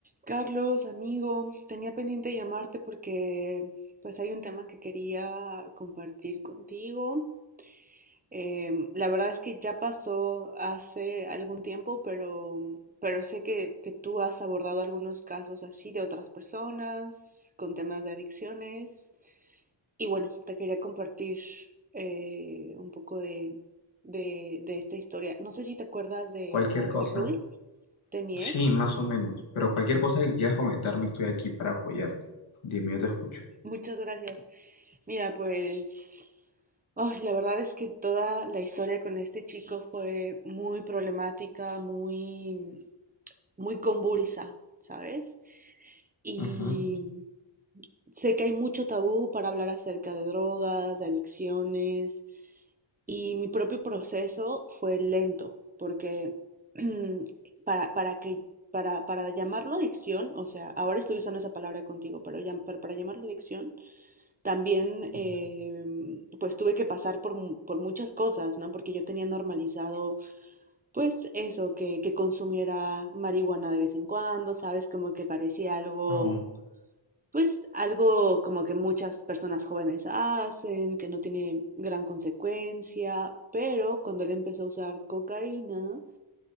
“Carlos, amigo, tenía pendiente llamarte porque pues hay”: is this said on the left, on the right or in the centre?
Right